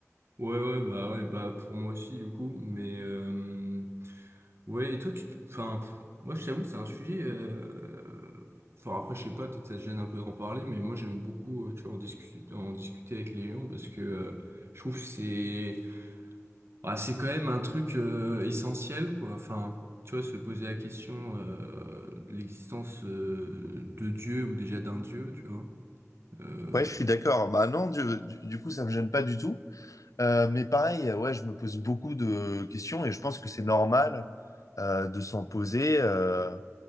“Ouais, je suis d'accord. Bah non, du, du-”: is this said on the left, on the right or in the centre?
Left